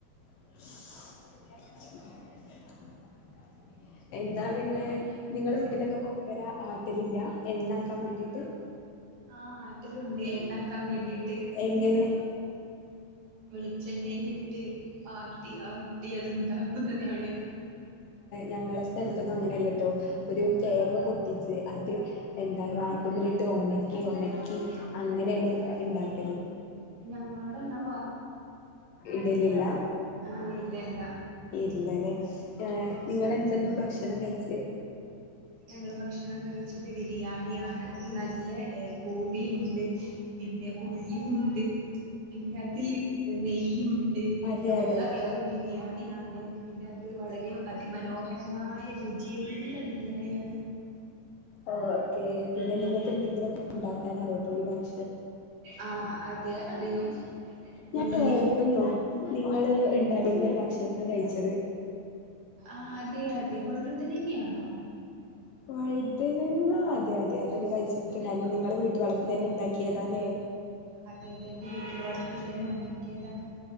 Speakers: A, on the left; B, on the right.
A: <inaudible> എന്നാ പിന്നെ നിങ്ങളടെ വീട്ടിലൊക്കെ കൊപ്ര ആട്ടലില്ല എണ്ണയാക്കാൻ വേണ്ടിയിട്ട്
B: ആഹ് ആട്ട വീട്ടിലുണ്ട് എണ്ണക്കാൻ വേണ്ടിട്ട്
A: എങ്ങനെ
B: വെളിച്ചെണ്ണയില് ആട്ടി ആ ആട്ടി ആട്ടി അതുണ്ടാക്കുന്നതാണ്
A: ഞങ്ങടെ സ്ഥലത്തൊന്നും അങ്ങനെയല്ലട്ടോ ഒരു തേങ്ങ പൊട്ടിച്ച് അത് എന് അത് വാർപ്പമെഇട്ട് ഒണക്കി ഒണക്കി അങ്ങനെയാണ് ഉണ്ടാക്ക ല്
B: ഞങ്ങളോടന്നാ
A: ഇടലില്ല
B: ആ ഇല്ലല്ല
A: ല്ലല്ലേ ഏ നിങ്ങളെന്തെന്ന് ഭക്ഷണം കഴിച്ചെ
B: ഞങ്ങൾ ഭക്ഷണം കഴിച്ചത് ബിരിയാണിയ ആ അതിൽ നല്ല കോഴിയുമൊണ്ട് പിന്നെ ഉള്ളിയുണ്ട് പിന്നെ അതിൽ നെയ്യുണ്ട് പിന്നെ
A: അതെ
B: വെള്ള
A: അതെ
B: കളറ് ബിരിയാണിയാണ് പിന്നെ അത് വളരെ അതിമനോഹരമായ രുചിയുള്ള ബിരിയാണിയാണ്
A: ആഹ് ഓക്കെ പിന്നെ നിങ്ങക്ക് എന്തെങ്കിലും ഒക്കെ ഉണ്ടാക്കാൻ അറിയോ ഒഴിവാക്കി
B: ആ അതെ അറിയും
A: ഞാൻ
B: ഉള്ളി
A: ഓർക്കുന്നു നിങ്ങള് ഉണ്ടാക്കിയിരുന്ന ഒരു ഭക്ഷണം കഴിച്ചത്
B: ആ അതെ അതെ വഴു വഴുതനങ്ങയാണോ
A: വഴുതനങ്ങ അതെ അതെ അതെല്ലാം കഴിച്ചിട്ടുണ്ട് അത് നിങ്ങളെ വീട്ടു വളപ്പിൽ തന്നെ ഉണ്ടാക്കിയതാല്ലേ
B: അതെതെ എന്റെ വീട്ടില് വളപ്പ തന്നെ ഉണ്ടാക്കിയതാ